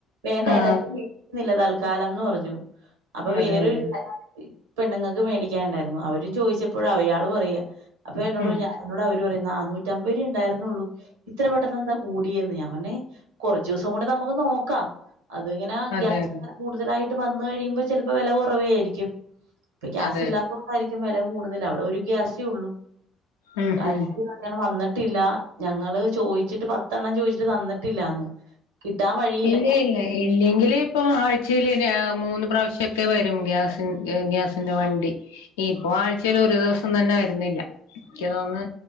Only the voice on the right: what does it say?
വേണ്ട
ചേട്ടാ <unintelligible> തൽക്കാലംന്ന് പർഞ്ഞു അപ്പൊ
വേറൊരു
<unintelligible> ഇ പെണ്ണ്ങ്ങക്ക് മേടിക്കാന്ണ്ടായിര്ന്നു അവര് ചോയ്ച്ചപ്പോഴ യാള് പറയ അപ്പൊ എന്നോട്
ഞ എന്നോട് അവര് പറയ നന്നൂറ്റമ്പര് രൂ ണ്ടായിരുന്നൊള്ളൂ ഇത്ര പെട്ടെന്നെന്താ കൂടിയെന്ന് ഞാം പർഞ്ഞ് കൊർച്ചൂസം കൂടെ നമക്ക് നോക്കാം അത്ങ്ങനെ
ഗ്യാസ്
<unintelligible> കൂടുതലായിട്ട് വന്ന് കഴിയുമ്പോ ചെലപ്പോ വെല കൊറവേയിരിക്കും. ഇപ്പൊ ഗ്യാസില്ലാത്തോണ്ടായിരിക്കും
വെല കൂടുതല് അവടെ ഒര് ഗ്യാസേ ഒള്ളൂ
<unintelligible>
അങ്ങനെ വന്ന്ട്ടില്ല ഞങ്ങള് ചോയ്ച്ചിട്ട് പത്തെണ്ണം ചോയ്ച്ചിട്ട് തന്ന്ട്ടില്ലാന്ന് കിട്ടാൻ വഴി